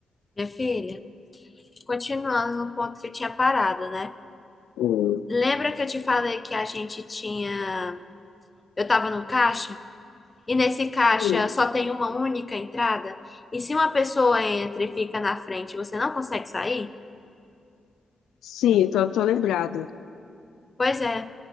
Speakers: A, on the left; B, on the left.
A: Minha filha, continuando no ponto que eu tinha parado, né?
B: Hum.
A: Lembra que eu te falei que a gente tinha. Eu tava no caixa? E nesse caixa
B: Sim,
A: só tem uma única entrada? E se uma pessoa entra e fica na frente, você não consegue sair?
B: Sim, tô, tô lembrada.
A: Pois é.